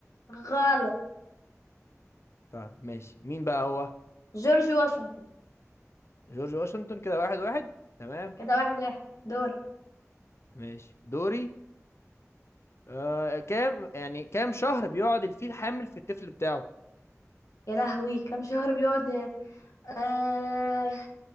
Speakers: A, on the left; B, on the left.
A: غلط
B: طيب ماشي مين بقى هو
A: جورج واشنطن
B: جورج واشنطن كده واحد واحد تمام
A: كده واحد واحد دور
B: ماشي دوري آه كام يعني كام شهر بيقعد الفيل حامل في الطفل بتاعه
A: يا لهوي كم شهر بيقعد آه...